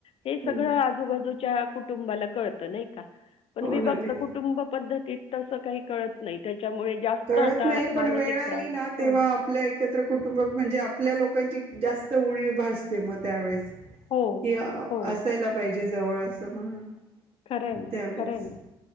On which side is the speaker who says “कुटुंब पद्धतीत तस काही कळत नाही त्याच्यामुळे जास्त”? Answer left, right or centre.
Left